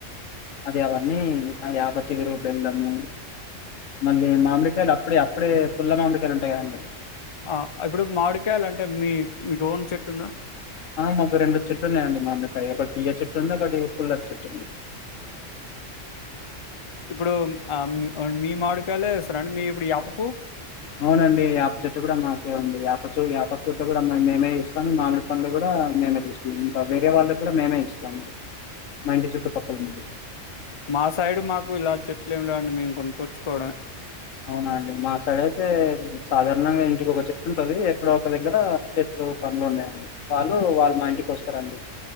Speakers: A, on the left (about 80°); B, on the left (about 35°).
A: అది అవన్నీ అది యాప చిగురు బెల్లము మళ్ళీ మామిడికాయలు అప్పుడే అప్పుడే పుల్ల మామిడికాయలు ఉంటాయి కదండి
B: ఆ ఇప్పుడు మాడికాయాలంటే మీ మీకుఓన్ చెట్టు ఉందా
A: ఆ మాకు రెండు చెట్లునేయండి మామిడికాయ ఒకటి తియ్యటి చెట్టు ఉంది ఒకటి పుల్లటి చెట్టు ఉంది.
B: ఇప్పుడు హ్మ్మ్ ఆమ్ ఆ మీ మాముడికాయలేస్తరండి మీ ఇప్పుడు ఆపపు
A: అవునండి ఆపచుట్టు కూడా మాకే ఉంది యాపకతో కూడా మేమే ఇస్తాము మామిడి పండ్లు కూడా మేమే తెలుసుకున్నాం ఇంకా వేరే వాళ్ళ కూడా మేమే ఇస్తాము మా ఇంటి చుట్టుపక్కలందు.
B: మా సైడ్ మాకు ఇలా చెట్లు ఏమి లేని మేము కొనుక్కొచ్చుకోవడమే
A: అవున అండి మా సైడ్ అయితే సాధారణంగా ఇంటికి ఒక చెట్టు ఉంటది ఎక్కడో ఒక దగ్గర చెట్లు పండ్లు ఉన్నాయండి వాళ్ళు వాళ్ళు మా ఇంటికి వస్తారండి